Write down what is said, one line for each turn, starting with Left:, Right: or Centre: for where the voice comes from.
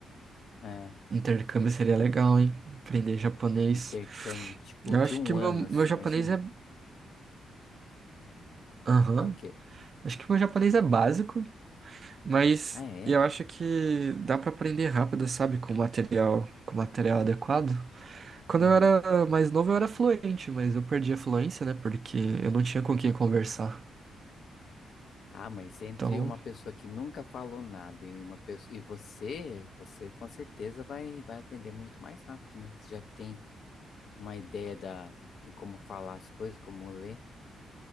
Left: É,
Right: intercâmbio seria legal, hein? Aprender japonês.
Left: intercâmbio tipo
Right: Eu
Left: de
Right: acho
Left: um
Right: que meu,
Left: ano,
Right: meu
Left: assim,
Right: japonês
Left: imagina.
Right: é, aham,
Left: É o quê?
Right: acho que meu japonês é básico, mas
Left: Ah, é?
Right: eu acho que dá para aprender rápido, sabe, com material, com material adequado. Quando
Left: Uhum.
Right: eu era mais novo, eu era fluente, mas eu perdi a fluência, né? Porque eu não tinha com quem conversar.
Left: Ah, mas entre
Right: Então,
Left: uma pessoa que nunca falou nada e uma pessoa e você, você com certeza vai vai aprender muito mais rápido, né? Você já tem uma ideia da de como falar as coisas, como ler.